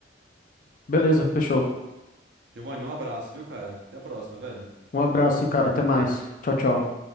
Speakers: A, on the left; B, on the right.
A: Beleza, fechou.
B: Giovanni, um abraço, viu, cara? Até a próxima, velho.
A: Um abraço, hein, cara. Até mais. Tchau, tchau.